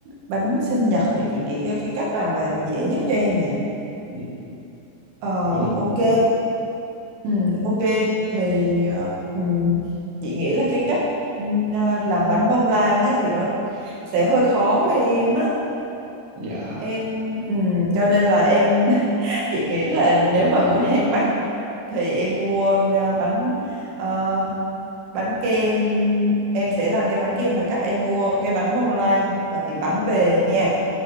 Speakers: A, on the right; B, on the right.
A: bánh sinh nhật để chị nghĩ cái, cái cách nào mà dễ nhất cho em nhỉ.
B: dạ
A: Ờ,
B: em
A: ok. Ừ, ok thì ờ, ừ, chị nghĩ là cái cách ừ, ờ, làm bánh bông lan ấy thì nó sẽ hơi khó với em á.
B: dạ
A: Em ừ, cho nên là em <laughs> chị nghĩ là nếu mà muốn handmade thì em mua ờ, bánh ờ, bánh kem em sẽ làm cái bánh kem bằng cách em mua cái bánh bông lan và tiệm bánh về nha